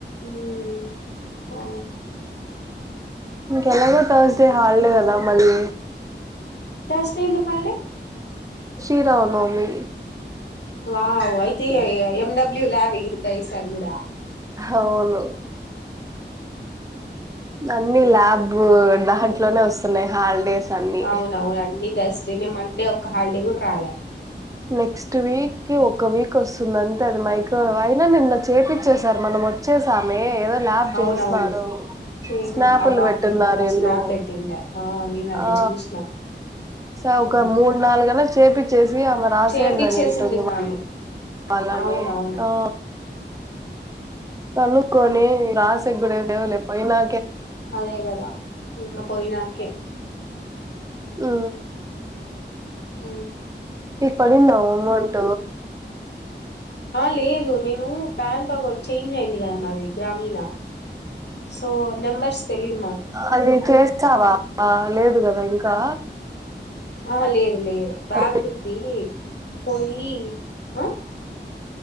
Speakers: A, on the left; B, on the right.
A: మ్మ్ ఆ
B: ఇంకెలాగో థర్స్డే హాల్డే గదా మళ్ళీ
A: థర్స్డే ఎందుకు హాలిడే
B: శ్రీరావనవమి
A: వావ్ అయితే ఎ ఎమ్ డబ్ల్యూ ల్యాబ్ ఎగిరిపయ్ ఈసార్ గుడ
B: అవును అన్నిీ లలా్యాబ్ దాంట్లోనే వస్తున్నాయి హాలిడేస్ అన్ని
A: అవున అవును అమ్ీ త అస్ేనే మ అే ఒ హాలిడే కూడా రాలే
B: నెక్స్ట్ వీక్ ఒక వీక్ వస్తుందింతే అది మైక్రోవేవ్ అయినా నిన్న చేపచ్చసారు మనం వచ్చేసామె ఏద ్యాబ్
A: అవునవును
B: చేస్తున్నారు
A: చేసింది
B: స్నాపులు
A: ఆ పాప
B: పెట్టిన్నారు
A: దివ్య
B: ఇల్లుు
A: స్నాప్ పెట్టిండే ఆ నేను అదే
B: ఆ
A: చూసిన
B: స
A: ఉమ్
B: ఒక మూడు నాలుగన్నా చేపి చేసి అమ రాసేడుడి
A: చేపిచ్చేసింటుంది
B: అని ఉంటుంది
A: ఆమె
B: కావాలని
A: అవునవును
B: ఆ చలు కొని రాసగ్గుడవో పయిలా
A: అదే కదా ఇ పోయినాకే
B: ఆ
A: అ
B: ఇక్కడ న అమౌంట
A: అ లే లేదు నేను బ్యాంక్ అకౌంట్ చేంజ్ అయింది కదా మాది గ్రామీణ సో నెంబర్స్ తెలీదు మాకు
B: అది చేస్తావా లేదు కదా ఇంకా
A: ఆ లేదు లేదు బ్యాంకుకి
B: ఆ
A: పోయి ఆ